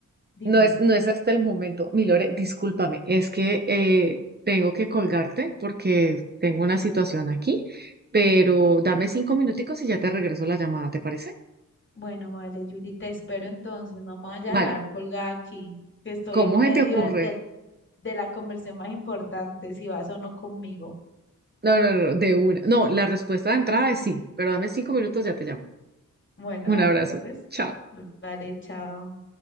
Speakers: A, on the left; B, on the right.
A: dime,
B: no es, no es hasta el momento. Mi Lore, discúlpame, es que eh, tengo que colgarte porque tengo una situación aquí, pero dame cinco minuticos y ya te regreso la llamada, ¿te parece?
A: bueno, vale, Yuli, te espero entonces, no me voy a dejar
B: Vale.
A: colgada aquí, que estoy
B: ¿Cómo
A: en medio
B: se te ocurre?
A: de, de la conversión más importante, si vas o no conmigo.
B: No, no, no, de una. No, la respuesta de entrada es sí, pero dame cinco minutos, ya te llamo.
A: Bueno,
B: Un
A: vale,
B: abrazo.
A: pues,
B: Chao.
A: vale, chao.